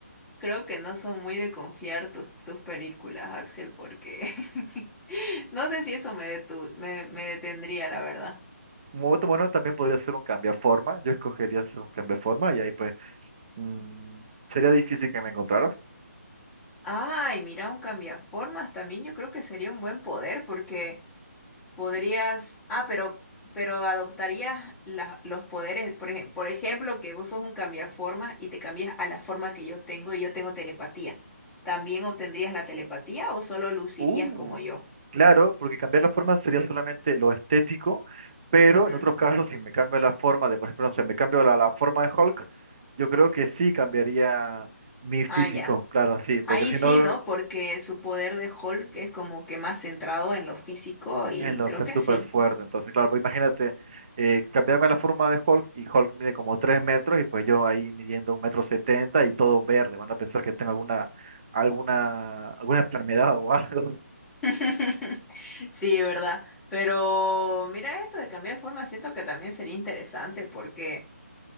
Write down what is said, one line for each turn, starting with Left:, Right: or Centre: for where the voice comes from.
Centre: Creo que no son muy de confiar tus, tus películas, Axel, porque <laughs> no sé si eso me, detu- me, me detendría, la verdad.
Right: Un momento bueno también podría ser un cambiaforma. Yo escogería ser un cambiaforma y ahí pues mm, sería difícil que me encontraras.
Centre: Ay, mira, un cambiaformas también yo creo que sería un buen poder porque podrías, ah, pero, pero adoptarías la- los poderes, por ejemplo, por ejemplo, que vos sos un cambiaformas y te cambias a la forma que yo tengo y yo tengo telepatía. ¿También obtendrías la telepatía o solo lucirías
Right: Uh,
Centre: como yo?
Right: claro, porque cambiar la forma sería solamente lo estético, pero
Centre: Ujú.
Right: en otros casos si me cambio la forma de, por ejemplo, no sé, me cambio la la forma de Hulk, yo creo que sí cambiaría mi físico,
Centre: Ah, ya.
Right: claro, sí, porque
Centre: Ahí
Right: si
Centre: sí,
Right: no...
Centre: ¿no? Porque su poder de Hulk es como que más centrado en lo físico y
Right: Entonces,
Centre: creo que
Right: súper
Centre: sí.
Right: fuerte. Entonces, claro, pues imagínate, eh, cambiarme la forma de Hulk y Hulk mide como 3 metros y pues yo ahí midiendo un metro setenta y todo verde. Van a pensar que tengo alguna, alguna, alguna enfermedad o algo.
Centre: <laughs> Sí, ¿verdad? Pero mira esto de cambiar forma, siento que también sería interesante porque...